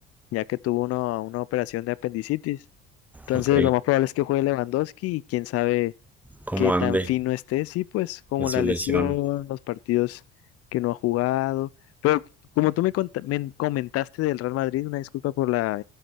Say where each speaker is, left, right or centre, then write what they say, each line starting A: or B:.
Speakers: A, on the left (about 55°); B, in the centre.
A: ya que tuvo una, una operación de apendicitis. Entonces
B: Ok,
A: lo más probable es que juegue Lewandowski y quién sabe
B: ¿cómo
A: qué
B: ande
A: tan fino esté, sí, pues como
B: de su
A: la
B: lesión?
A: lesión,
B: <laughs>
A: los partidos que no ha jugado. Pero como tú me, cont- me comentaste del Real Madrid, una disculpa por la